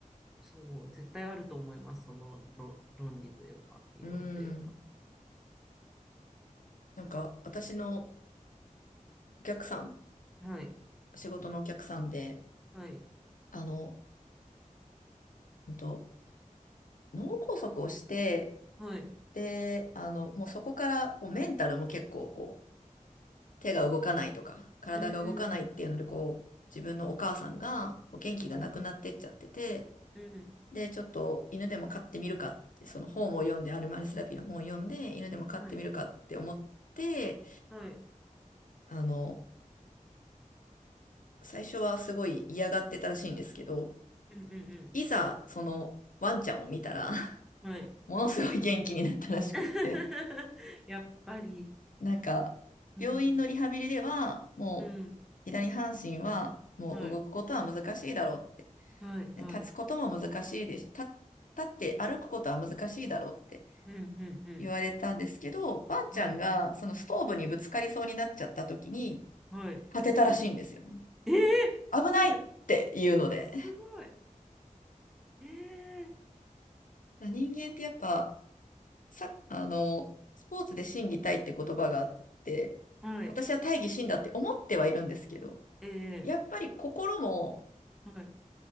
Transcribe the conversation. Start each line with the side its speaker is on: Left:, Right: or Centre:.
Centre: そう、絶対あると思います、その論論理というか、理論というか。
Left: うんうん。なんか、私のお客さん、
Centre: はい、
Left: 仕事のお客さんで、
Centre: はい、
Left: あの、うんと、脳梗塞をして、
Centre: はい。
Left: で、あの、もうそこから、こう、メンタルも結構、こう、手が動かないとか、体が動かないっていうので、
Centre: うん、
Left: こう、自分のお母さんが、こう元気がなくなってっちゃってて、
Centre: うん、うん、うん
Left: で、ちょっと犬でも飼ってみるかって、その本を読んで、アルマルセラピーの本を読んで、犬でも飼ってみるかって思って、
Centre: はい、はい、
Left: あの、最初はすごい嫌がってたらしいんですけど、
Centre: うん、うん、
Left: いざ、その、ワンちゃんを見たら <laughs>
Centre: うん、はい。
Left: ものすごい元気になったらしくって。
Centre: <laughs> やっぱり、
Left: なんか、
Centre: うん、
Left: 病院のリハビリでは、もう、
Centre: うん、
Left: 左半身は、もう動くことは難しいだろうって。
Centre: はい、はい、はい、
Left: で立つことも難しいです。立、立って歩くことは難しいだろうって
Centre: うん、うん、
Left: 言われたんですけど、
Centre: う
Left: ワンちゃんが、
Centre: ん、はい、
Left: そのストーブにぶつかりそうになっちゃった時に、
Centre: はい。
Left: 立てたらしいんですよね。
Centre: ええ
Left: 危ないっていうので。
Centre: <laughs> すごい。ええ
Left: 人間ってやっぱ、さ、あの、スポーツで心技体って言葉があって、
Centre: はい、
Left: 私は大義心だって思ってはいるんですけど、
Centre: ええ
Left: やっぱり心も
Centre: はい。